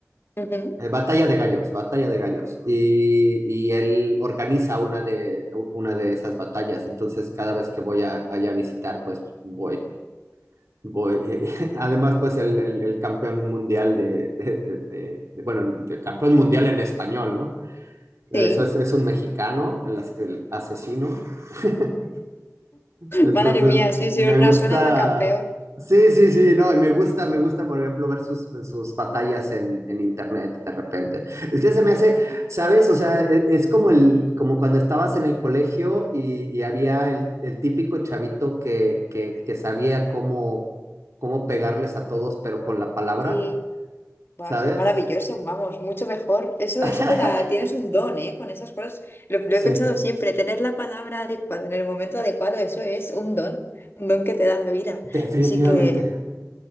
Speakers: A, on the left (about 45°); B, on the right (about 70°).
A: Ujú.
B: eh, batalla de gallos, batalla de gallos, y, y él organiza una de, una de esas batallas, entonces cada vez que voy a, allá a visitar, pues voy, voy. <laughs> Además, pues el, el- el campeón mundial de, de- de- de- de- bueno, de campeón mundial en español, ¿no? Eso
A: Sí.
B: es, es un mexicano, el as- el asesino. <laughs> Entonces,
A: Madre mía, sí,
B: me
A: sí, una
B: gusta.
A: suena a campeón.
B: Sí, sí, sí, no, y me gusta, me gusta, por ejemplo, ver sus, sus batallas en, en internet de repente. Es que se me hace, ¿sabes? O sea, e- es como el, como cuando estabas en el colegio y, y había el, el típico chavito que, que, que sabía cómo, cómo pegarles a todos, pero con la palabra,
A: Y buah,
B: ¿sabes?
A: eso es maravilloso, vamos, mucho mejor. Eso,
B: <laughs>
A: eso te da, tienes un don, ¿eh? Con esas cosas. Lo, lo
B: Sí,
A: he pensado siempre, tener la palabra adecuada en el momento adecuado, eso es un don, un don que te da la vida.
B: definitivamente.
A: Así que,